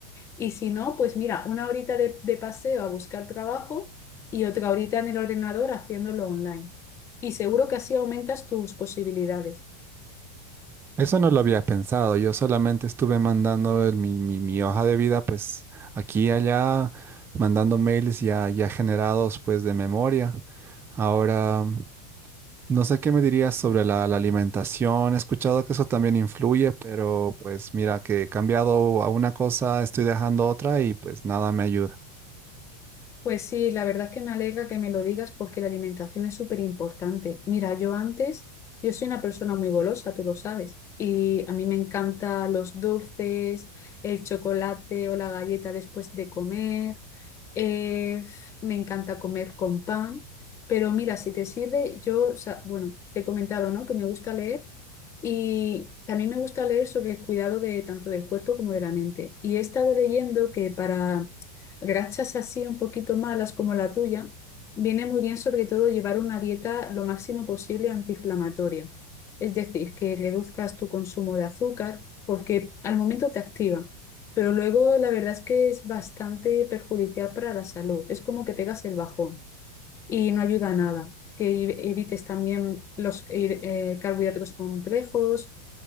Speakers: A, on the left (about 30°); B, on the right (about 25°).
A: Y si no, pues mira, una horita de, de paseo a buscar trabajo y otra horita en el ordenador haciéndolo online. Y seguro que así aumentas tus posibilidades.
B: eso no lo había pensado, yo solamente estuve mandando el- mi, mi, mi hoja de vida pues aquí y allá, mandando mails ya, ya generados pues de memoria. Ahora... No sé qué me dirías sobre la, la alimentación. He escuchado que eso también influye, pero pues mira que he cambiado a una cosa, estoy dejando otra y pues nada me ayuda.
A: Pues sí, la verdad es que me alegra que me lo digas porque la alimentación es súper importante. Mira, yo antes, yo soy una persona muy golosa, tú lo sabes, y a mí me encantan los dulces, el chocolate o la galleta después de comer, eh, me encanta comer con pan, pero mira, si te sirve, yo, o sea, bueno, te he comentado, ¿no? Que me gusta leer. Y también me gusta leer sobre el cuidado de tanto del cuerpo como de la mente. Y he estado leyendo que para grachas así un poquito malas como la tuya, viene muy bien sobre todo llevar una dieta lo máximo posible antiinflamatoria. Es decir, que reduzcas tu consumo de azúcar porque al momento te activa, pero luego la verdad es que es bastante perjudicial para la salud. Es como que pegas el bajón y no ayuda a nada. Que ev- evites también los eh, carbohidratos complejos